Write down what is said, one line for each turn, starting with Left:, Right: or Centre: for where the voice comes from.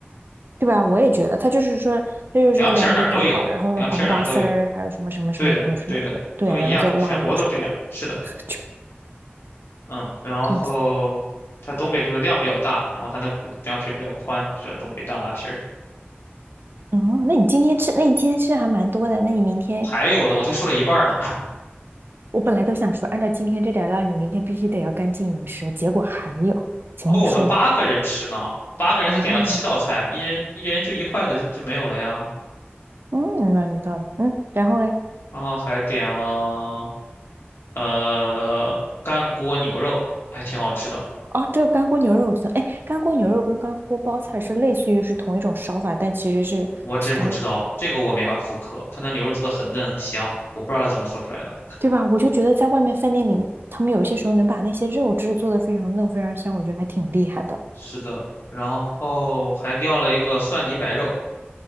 Right: 对吧？我也觉得，它就是说，它就是说凉皮搞好，
Left: 凉皮儿哪儿都有，
Right: 然后呢，
Left: 凉皮儿哪儿都有。
Right: 黄瓜丝儿，还有什么什么什么什么什么也对啊，
Left: 对的，对的，都一样，
Right: 然后再辣油什么
Left: 全国都这样。是的，
Right: 的，就
Left: 嗯，然后它东北就是量比较大，
Right: 这样子。
Left: 然后它那骨凉皮儿比较宽，就叫东北大拉皮儿。
Right: 哦，那你今天吃，那你今天吃的还蛮多的，那你明天，
Left: 还有呢，我才说了一半儿呢。<laughs>
Right: 我本来都想说，按照今天这点儿量你明天必须得要干净饮食，结果还有，请问你说吧。
Left: 哦，我们八个人吃呢，八个人才点了七道菜，
Right: 啊，
Left: 一人一人就一筷子就就没有了呀。
Right: 嗯，那有道理，嗯，然后嘞？
Left: 然后还点了呃干锅牛肉，还挺好吃的。
Right: 哦，这个干锅牛肉我知道，哎，干锅牛肉跟干锅包菜是类似于是同一种烧法，但其实是其他的，
Left: 我真不知道这个我没法复刻，它那牛肉做的很嫩很香，我不知道它怎么做出来的，
Right: 对吧？我就觉得在外面饭店里，他们有些时候能把那些肉质做得非常嫩、非常香，我觉得还挺厉害的。
Left: 是的，然后还要了一个蒜泥白肉，